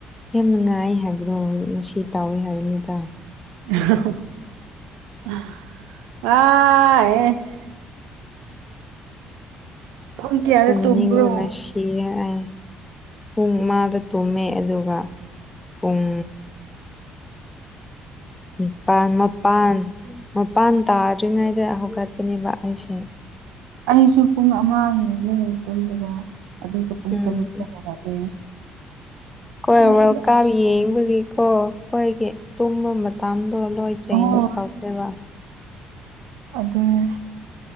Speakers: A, on the left (about 15°); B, on the right (about 80°).
A: ꯌꯥꯝ ꯅꯨꯡꯉꯥꯏ ꯍꯥꯏꯕꯗꯣ ꯃꯁꯤ ꯇꯥꯎꯋꯦ ꯍꯥꯏꯕꯅꯤꯗ
B: ꯑ ꯄꯨꯡ ꯀꯌꯥꯗ
A: ꯇꯨꯝꯅꯤꯡꯕꯅ
B: ꯇꯨꯝꯕ꯭ꯔꯣ
A: ꯁꯤ ꯀꯤꯔꯦ ꯄꯨꯡ ꯑꯃꯥꯗ ꯇꯨꯝꯃꯦ ꯑꯗꯨꯒ ꯄꯨꯡ ꯅꯤꯄꯥꯜ ꯃꯄꯥꯟ ꯃꯄꯥꯟ ꯇꯥꯗ꯭ꯔꯤꯉꯩꯗ ꯍꯧꯒꯠꯄꯅꯦꯕ ꯑꯩꯁꯦ
B: ꯑꯩꯁꯨ ꯄꯨꯡ ꯑꯃ ꯍꯦꯜꯂꯦ ꯇꯣꯝꯗꯕ ꯑꯗꯨꯒ ꯄꯨꯡ
A: ꯎꯝ
B: ꯇꯔꯨꯛ ꯗ ꯍꯧꯒꯠꯂꯦ
A: ꯍꯣꯏ
B: ꯅꯦ
A: ꯋꯔꯀꯥꯞ ꯌꯦꯡꯕꯒꯤꯀꯣ ꯑꯩꯈꯣꯏꯒꯤ ꯇꯨꯝꯕ ꯃꯇꯝ ꯃꯇꯝꯗꯣ ꯂꯣꯏ ꯆꯦꯟꯖ
B: ꯑꯣ
A: ꯇꯧꯈ꯭ꯔꯦꯕ
B: ꯑꯗꯨꯅꯦ